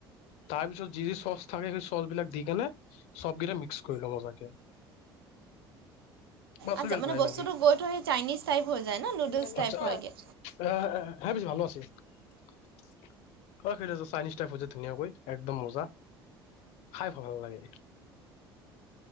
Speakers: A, on the left (about 55°); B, on the right (about 75°).
A: তাৰপিছত যি, যি চচ থাকে, সেই চচবিলাক দি কেনে চব গিটা মিক্স কৰি লওঁ মজাকে। বাছ
B: আচ্ছা
A: হৈ গেল
B: মানে
A: ড্ৰাই
B: বস্তুটো
A: মেগী
B: গৈ থৈ চাইনিজ টাইপ হৈ যায় ন নুডলছ
A: ই
B: টাইপ হয়গৈ
A: মিছি ভাল আছি অ সেইটো তহ চাইনিজ টাইপ হয় যায়। ধুনীয়াকৈ একদম মজা, খাই ভাল নালাগে।